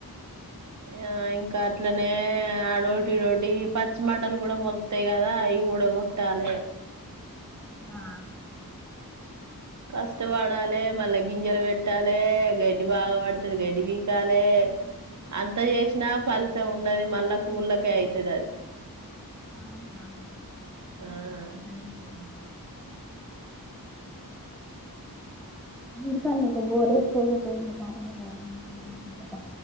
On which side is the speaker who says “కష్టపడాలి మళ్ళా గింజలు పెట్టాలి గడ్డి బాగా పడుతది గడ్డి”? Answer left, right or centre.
Right